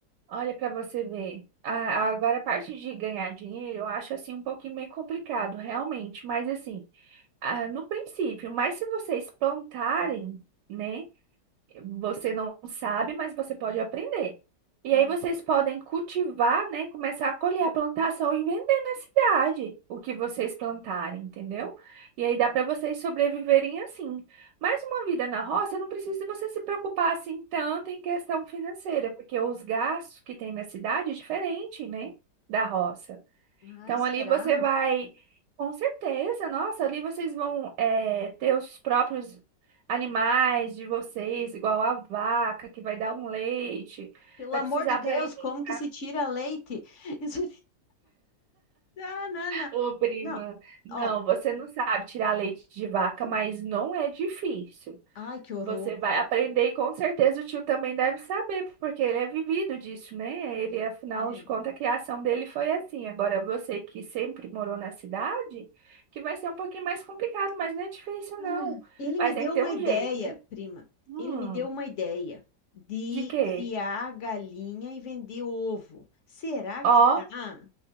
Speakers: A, on the right; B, on the left.
A: Olha para você ver. A- Agora, a parte de ganhar dinheiro, eu acho assim um pouquinho meio complicado, realmente. Mas assim. Ah, no princípio, mas se vocês plantarem, né? Você não sabe, mas você pode aprender. E
B: Hum.
A: aí vocês podem cultivar, né? Começar a colher a plantação e vender na cidade o que vocês plantarem, entendeu? E aí dá para vocês sobreviverem assim. Mas uma vida na roça não precisa você se preocupar assim tanto em questão financeira, porque os gastos que tem na cidade é diferente, né? Da roça.
B: Ai,
A: Então
B: será?
A: ali você vai, com certeza, nossa, ali vocês vão eh, ter os próprios animais de vocês, igual a vaca que vai dar um leite,
B: Pelo
A: vai
B: amor
A: precisar
B: de Deus,
A: para ir pegar.
B: como que se tira leite? <laughs> Isso... Não, não, não.
A: Ô, prima,
B: Não,
A: não,
B: ó.
A: você não sabe tirar leite de vaca, mas não é difícil.
B: Ai, que horror.
A: Você vai aprender e com certeza o tio também deve saber, porque ele é vivido disso, né? Ele, afinal
B: É.
A: de contas, a criação dele foi assim. Agora, você que sempre morou na cidade, que vai ser um pouquinho mais complicado, mas não é difícil,
B: Ah,
A: não.
B: Ele
A: Mas
B: me deu
A: tem que ter
B: uma
A: um
B: ideia,
A: jeito, viu?
B: prima.
A: Hum,
B: Ele me deu uma ideia de
A: de quê?
B: criar galinha e vender ovo. Será
A: Ó,
B: que dá?